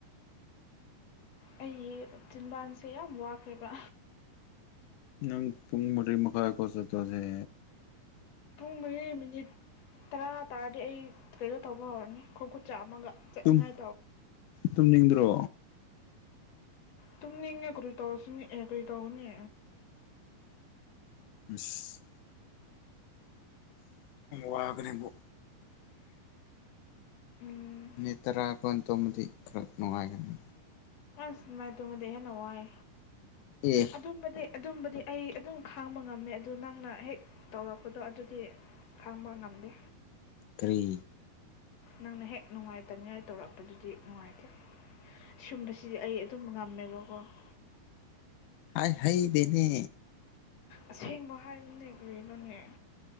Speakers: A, on the left; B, on the left.
A: ꯑꯩ ꯇꯤꯤꯟꯕꯥꯟꯁꯦ ꯌꯥꯝ ꯋꯥꯈ꯭ꯔꯦꯕ
B: ꯅꯪ ꯄ ꯄꯨꯨꯡ ꯃꯔꯤ ꯃꯈ ꯃꯈꯥꯏ ꯀꯣꯁ ꯇꯣꯁꯦ
A: ꯄꯨꯡ ꯃꯔꯤꯦ ꯃꯤꯅꯤꯠ ꯇꯔꯥ ꯇꯥꯔꯗꯤ ꯑꯩ ꯀꯩꯅꯣ ꯇꯧꯕ ꯍꯧꯔꯅꯤ ꯈꯣꯡ ꯈꯨꯠ ꯆꯥꯝꯃꯒ ꯆꯠꯅꯤꯡꯉꯥꯏ
B: ꯇꯨꯝ ꯇꯨꯝꯅꯤꯡꯗ꯭ꯔꯣ
A: ꯇꯝ ꯅꯤꯡꯉꯦ ꯀꯔꯤ ꯇꯧꯁꯤꯅꯦ ꯑꯦ ꯀꯔꯤ ꯇꯧꯒꯅꯤ
B: ꯑꯁ ꯋꯥꯒꯅꯤ ꯀꯣ
A: ꯎꯝ
B: ꯃꯤꯠꯇ꯭ꯔꯥ ꯀꯣꯟ ꯇꯨꯝꯕꯗꯤ ꯈꯔꯥ ꯅꯨꯡꯉꯥꯏꯒꯅꯤ
A: ꯑꯁ ꯅꯨꯡꯃꯥꯏ ꯇꯣꯡꯉꯗ ꯍꯦꯟꯅ ꯋꯥꯏ
B: ꯑꯦ
A: ꯑꯗꯨꯝꯕꯗꯤ ꯑꯗꯨꯝꯕꯗꯤ ꯑꯩ ꯑꯗꯨꯝ ꯈꯥꯡꯕ ꯉꯝꯃꯦ ꯑꯗꯨ ꯅꯪꯅ ꯍꯦꯛ ꯇꯧꯔꯛꯄꯗꯣ ꯑꯗꯨꯗꯤ ꯈꯥꯡꯕ ꯉꯝꯗꯦ
B: ꯀꯔꯤ
A: ꯅꯪꯅ ꯍꯦꯛ ꯅꯨꯡꯉꯥꯏꯇꯅꯤꯡꯉꯥꯏ ꯇꯧꯔꯛꯄꯗꯨꯗꯤ ꯅꯨꯡꯉꯥꯏꯇꯦ ꯁꯒꯨꯝꯕꯁꯤꯗꯤ ꯑꯩ ꯑꯗꯨꯝ ꯉꯝꯃꯦꯕ ꯑꯗꯨꯒꯔꯕꯣ
B: ꯍ ꯍꯩꯗꯦꯅꯦ
A: ꯑꯁꯦꯡꯕ ꯍꯥꯏꯕꯅꯦ ꯀꯔꯤꯅꯣꯅꯦ